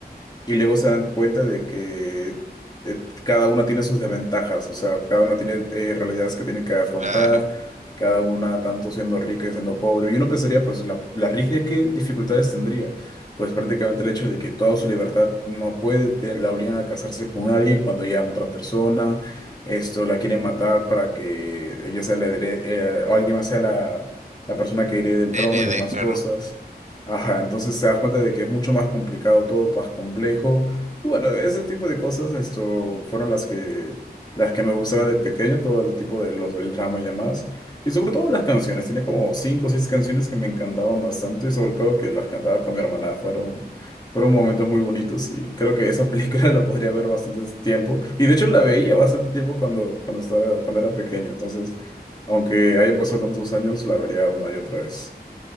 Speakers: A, on the left; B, on the right.
A: Y luego se dan cuenta de que eh, cada una tiene sus desventajas, o sea, cada una tiene eh, realidades que tiene que afrontar,
B: Claro,
A: cada una tanto siendo rica y siendo pobre. Y uno pensaría, pues, la, la rica, ¿qué dificultades tendría? Pues prácticamente el hecho de que toda su libertad no puede, te- la obligan a casarse con alguien cuando ella ama a otra persona, esto, la quieren matar para que ella sea la, hered- eh, o alguien más sea la, la persona que herede el
B: heredé,
A: trono y demás
B: claro.
A: cosas. Ajá, entonces te das cuenta de que es mucho más complicado todo, más complejo. Y bueno, ese tipo de cosas, esto, fueron las que, las que me gustaba de pequeño, todo el tipo de los del drama y demás. Y sobre todo las canciones, tenía como cinco o seis canciones que me encantaban bastante, y sobre todo que las cantaba con mi hermana, fueron, fueron momentos muy bonitos y creo que esa película <laughs> la podría ver bastante tiempo. Y de hecho la veía bastante tiempo cuando, cuando estaba, cuando era pequeño, entonces, aunque haya pasado tantos años, la vería una y otra vez.